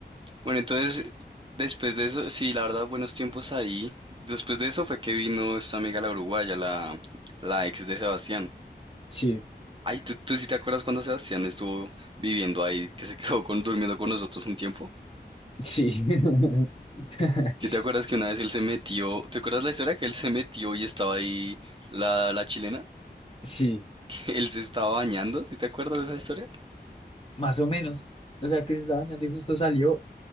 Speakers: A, on the right; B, on the left.
A: Bueno, entonces, después de eso, sí, la verdad, buenos tiempos ahí. Después de eso fue que vino esta amiga la uruguaya, la, la ex de Sebastián.
B: Sí,
A: Ay, ¿tú, tú sí te acuerdas cuando Sebastián estuvo viviendo ahí, que se quedó con, durmiendo con nosotros un tiempo?
B: sí, <laughs>
A: Si te acuerdas que una vez él se metió, ¿te acuerdas la historia que él se metió y estaba ahí la, la chilena? <laughs>
B: sí,
A: Que él se estaba bañando, ¿sí ¿te acuerdas de esa historia? <laughs>
B: más o menos. O sea, que se estaba bañando y justo salió